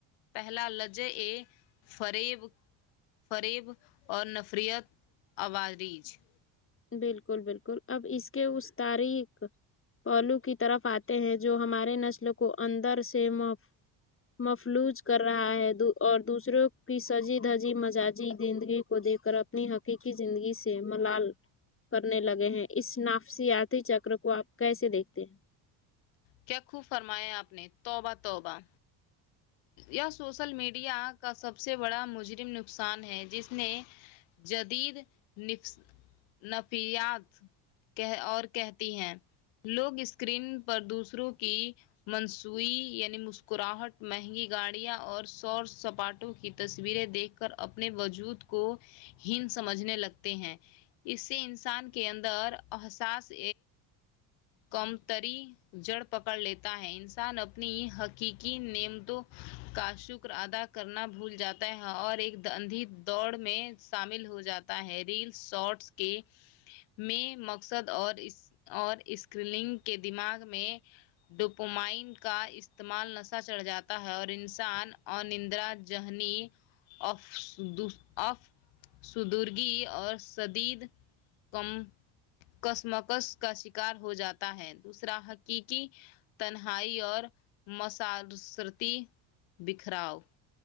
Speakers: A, on the left (about 85°); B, on the left (about 30°).
A: پہلا لجے فریب فریب اور نفریت <unintelligible>
B: بالکل بالکل اب اس کے اس تاریخ پہلو کی طرف آتے ہیں جو ہمارے نسل کو اندر سے مف فلوج کر رہا ہے اور دوسروں کی سجی دھجی مزاجی زندگی کو دیکھ کر اپنی حقیقی زندگی سے ملال کرنے لگے ہیں اس نافسیاتی چکر کو آپ کیسے دیکھتے ہیں
A: کیا خوب فرمایا آپ نے توبہ توبہ یہ سوسل میڈیا کا سب سے بڑا مجرم نقصان ہے جس نے جدید نفست نفیات کہہ اور کہتی ہیں لوگ اسکرین پر دوسروں کی مضنوعی یعنی مسکراہٹ مہنگی گاڑیاں اور سور سپاٹوں کی تصویریں دیکھ کر اپنے وجود کو ہین سمجھنے لگتے ہیں اس سے انسان کے اندر احساس کمتری جڑ پکڑ لیتا ہے انسان اپنی حقیقی نعم توں کا شکر ادا کرنا بھول جاتے ہیں اور ایک د اندھی دوڑ میں شامل ہو جاتا ہے ریلس شارٹس کے میں مقصد اور اس اور اسکریلنگ کے دماغ میں ڈپومائن کا استعمال نشہ چڑھ جاتا ہے اور انسان ان اندرا جہنی اف دوس آف سردگی اور شدید غم کشمکش کا شکار ہو جاتا ہے دوسرا حقیقی تنہائی اور <unintelligible> بکھراؤ